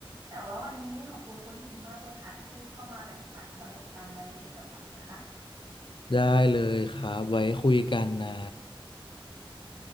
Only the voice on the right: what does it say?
แต่ว่าวันนี้นี่ขอบคุณคุณทิมมากเลยค่ะที่เข้ามาแบ่งปันประสบการณ์วัยเรียนกับตักนะคะ
อ่า